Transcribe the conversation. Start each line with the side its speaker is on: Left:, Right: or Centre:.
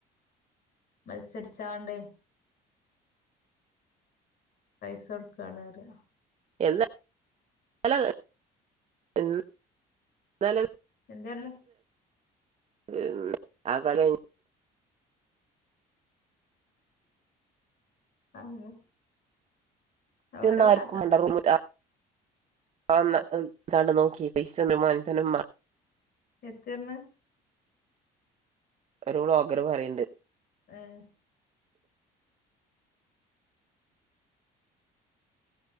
Left: മത്സരിച്ചാണ്ട് പൈസ കൊടുക്കാണ് പറയ
Right: <unintelligible>
Left: എന്തേറഞ്ഞു
Right: <unintelligible> ആ കളി
Left: ആഹ്
Right: ഒറ്റന്നും
Left: ഓരോ
Right: ആർക്കും
Left: കഥ
Right: വേണ്ട റൂമില ആഒന്ന് കണ്ടു നോക്കി പൈസ ഒന്നും ഒരു മൻസനും മാ
Left: എത്തേർഞ്ഞ്
Right: ഒരു വ്ലോഗറ് പറയ്ണ്ട്
Left: ഏയ്